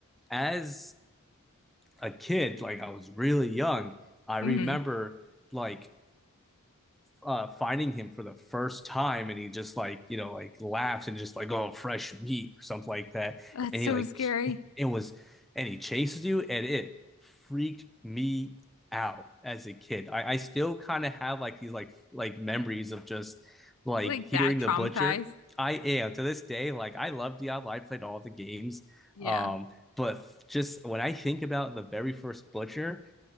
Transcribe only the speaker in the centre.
as a kid like I was really young I
remember like uh finding him for the first time and he just like you know like laughed and just like oh fresh meat or something like that
and
he like
it was and he chases you and it freaked me out as a kid. I, I still kind of have like these like like memories of just like
hearing
the butcher. I am to this day like I love Diablo. I played all the games,
um, but just when I think about the very first butcher